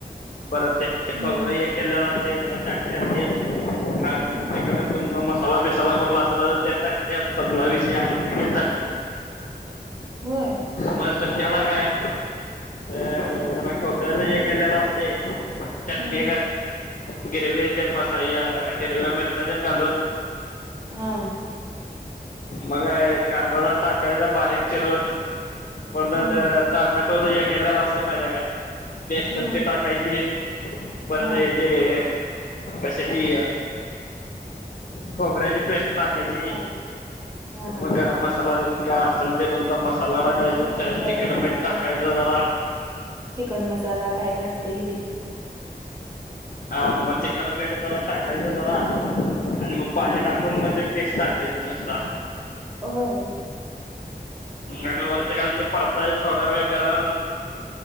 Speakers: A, on the left; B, on the right.
A: परत ते
B: हम्म
A: खोबर ये केलेला असते जरा टाकत्यात तेच मग
B: हम्म
A: तुम मस्त तावा बिस्वा आसला तर टक्त्यात. संपला विषय आमटी तयार झाली.
B: होय.
A: मस्त केला काय अ जरा खोबऱ्याच हे केलेल्या असतेय‌- चटणी
B: हम्म
A: घात गिरवी ते मसा ह्य हिरव्या मिरच्या तेन घालून
B: हा
A: मग काय कांदा जरा टाकायचा बारीक चिरून बोललं
B: हम्म
A: तर टॉमॅटोच हे केलेल्या असतेया माहिती ये काय पेस्ट
B: हम्म
A: ते टाकायची परत
B: हा
A: जे जे कशाची खोबऱ्याची पेस्ट टाकायची
B: हा हा हा
A: मग गरम
B: हा
A: मसाला मसाला तेन काय असल ते तुमचा मसाला टाकायचा
B: हो गरम
A: तिखट
B: मसाला
A: मीठ टाकायचं जरा
B: चिकन मसाला काय काय असते की ते
A: हा मग तिखट मीठ जरा टाकायचा जरा आणि मग पाणी टाकून मग ते पेस्ट टाकायचं नुसता
B: होय.
A: आणि वरती खाली ते परतायच थोडा वेळ गरम